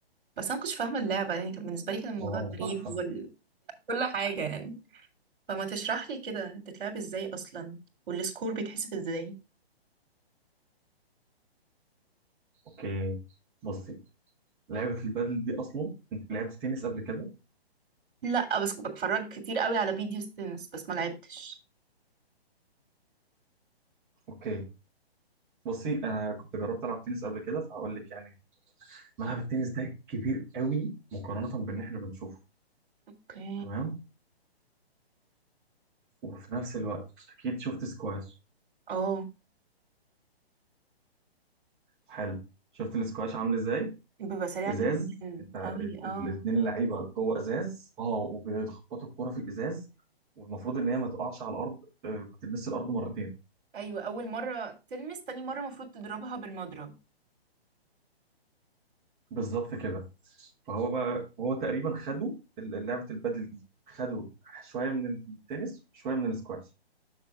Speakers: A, on the right; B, in the centre.
A: بس أنا مكنتش فاهمة اللعبة يعني كان بالنسبة لي كان الموضوع
B: واو
A: غريب
B: تحفه
A: وال... كل حاجة يعني فما تشرح لي كده بتتلعب ازاي أصلا والسكور بيتحسب ازاي؟
B: اوكي بصي لعبه البادل دي اصلا انت لعبت تنس قبل كده
A: لا بس بتفرج كتير قوي على فيديوز تنس بس ما لعبتش
B: اوكي بصي انا كنت جربت العب تنس قبل كده فهقول لك يعني ملعب التنس ده كبير قوي مقارنه باللي احنا بنشوفه
A: اوكي
B: تمام وفي نفس الوقت اكيد شفت سكواش
A: اه
B: حلو شفت السكواش عامل ازاي
A: بيبقى سريع
B: ازاز
A: جدا
B: انت
A: قوي
B: الاثنين
A: اه
B: اللعيبه جوه ازاز اه وبيخبطوا الكوره في الازاز والمفروض ان هي ما تقعش على الارض آه، ما تلمسش الارض مرتين
A: ايوه اول مره تلمس تاني مره المفروض تضربها بالمضرب
B: بالظبط كده فهو بقى هو تقريبا خدوا ال- لعبه البادل دي خدوا شويه من التنس شويه من السكواش